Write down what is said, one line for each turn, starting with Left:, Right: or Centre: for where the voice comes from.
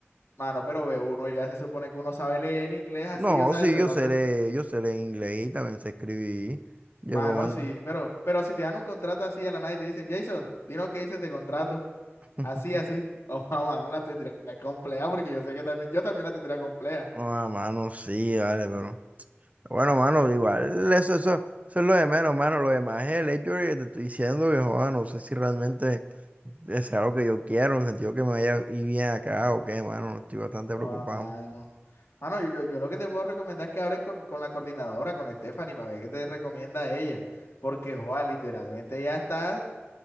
Left: Mano, pero ve uno, ya se supone que uno sabe leer en inglés así,
Right: No,
Left: o sea,
Right: sí,
Left: te, te
Right: yo
Left: pasan.
Right: sé leer, yo sé leer inglés y también sé escribir. Yo
Left: Mano,
Right: puedo... man-
Left: sí, pero, pero si te dan un contrato así a la nada y te dicen, Jason, dinos qué dices de contrato,
Right: <laughs>
Left: así, así, <laughs> o mano, la tendría compleja porque yo sé que también, yo también la tendría compleja.
Right: Ah, mano, sí, vale, pero. Bueno, mano, igual, eso, eso, eso es lo de menos, mano. Lo demás es el hecho de que te estoy diciendo que, joder, no sé si realmente es algo que yo quiero, en el sentido que me vaya y bien acá o qué, mano. Estoy bastante
Left: Oh,
Right: preocupado.
Left: mano. Mano, yo, yo lo que te puedo recomendar es que hables con, con la coordinadora, con Stephanie, para ver qué te recomienda ella. Porque, joa, literalmente ya está.